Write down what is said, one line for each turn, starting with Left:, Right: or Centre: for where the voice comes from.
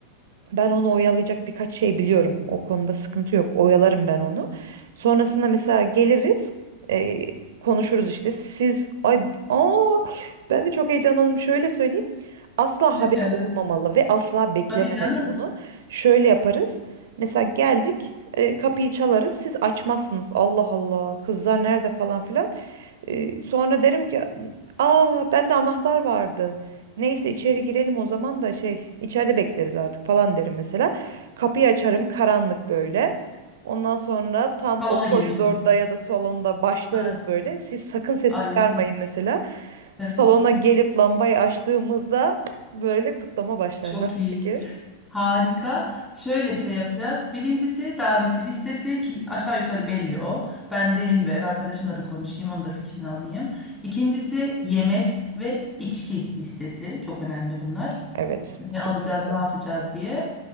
Right: ben onu oyalayacak birkaç şey biliyorum. O konuda sıkıntı yok. Oyalarım ben onu. Sonrasında mesela geliriz. e, konuşuruz işte. Siz ay aa, ben de çok heyecanlandım. Şöyle söyleyeyim. Asla
Left: ne
Right: haberi
Left: geldi?
Right: olmamalı ve asla beklememeli
Left: Tabii canım.
Right: bunu. Şöyle yaparız. Mesela geldik, e, kapıyı çalarız, siz açmazsınız. Allah Allah, kızlar nerede falan filan. Ee, sonra derim ki aa bende anahtar vardı. Neyse içeri girelim o zaman da şey içeride bekleriz artık falan derim mesela. Kapıyı açarım karanlık böyle. Ondan sonra tam
Left: Salona
Right: o
Left: gelirsiniz.
Right: koridorda ya da salonda başlarız
Left: Ay,
Right: böyle. Siz sakın ses
Left: ay
Right: çıkarmayın mesela.
Left: evet
Right: Salona gelip lambayı açtığımızda böyle kutlama başlar.
Left: çok
Right: Nasıl
Left: iyi.
Right: fikir?
Left: Harika. Şöyle bir şey yapacağız. Birincisi davetli listesi ki aşağı yukarı belli o. Ben dediğim gibi ev arkadaşımla da konuşayım, onun da fikrini alayım. İkincisi yemek ve içki listesi. Çok önemli bunlar.
Right: Evet,
Left: Ne
Right: kesinlikle.
Left: alacağız, ne yapacağız diye.